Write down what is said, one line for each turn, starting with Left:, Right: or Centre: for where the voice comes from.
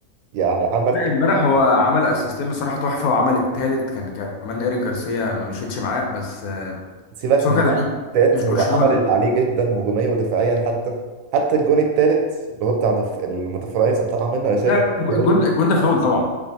Right: يعني عمل كل
Left: امبارح
Right: اللي
Left: هو
Right: عليه.
Left: عمل اسيستين بصراحة تحفة وعمل التالت كان كمان إيريك جارسيا ما مشيتش معاه بس آه،
Right: سيبك
Left: بس هو
Right: من
Left: كان لعيب
Right: التات
Left: مش
Right: هو
Left: برشلونة
Right: عمل اللي عليه جدا هجوميا ودفاعيا حتى حتى الجون التالت اللي هو بتاع الف- المتفرايز قطع منه انا شايف
Left: لا
Right: انه
Left: الج-
Right: فاول
Left: الجون الجون ده فاول طبعا